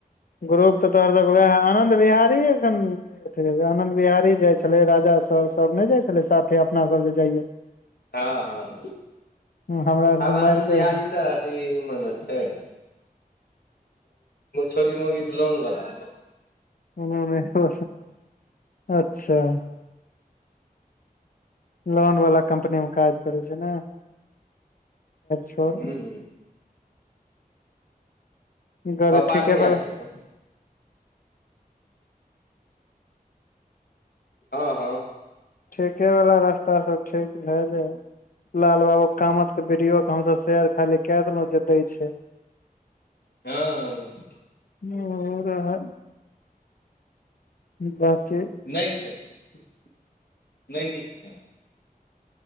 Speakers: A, on the left; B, on the left.
A: ग्रुप तऽ तोहर तक वह आनन्द बिहारीखन आनन्द बिहारी जाइ छलै राजा सर सब नहि जाइ छलै साथे अपना सब जे जाइयए
B: हँ हँ
A: हमरा से
B: आब
A: तऽ मारि
B: आनन्द बिहारी
A: कर देत।
B: तऽ अथी मने छै छौरी मौगीके लोन बला
A: ओ अच्छा <unintelligible> लोन वाला कम्पनी मे काज करै छै ने छोड़ <unintelligible>
B: ह
A: गर
B: पापा
A: ठीके
B: नहि आयल
A: पर
B: छथुन हँ हँ
A: ठीके बला रास्ता सब ठीक भए जाए लाल बाबू कामद के वीडियो के हमस शेयर खाली क देलहुं जे दै छै <inaudible>
B: हँ
A: ह <unintelligible> बाती <unintelligible>
B: नहि छै नहि नीक छै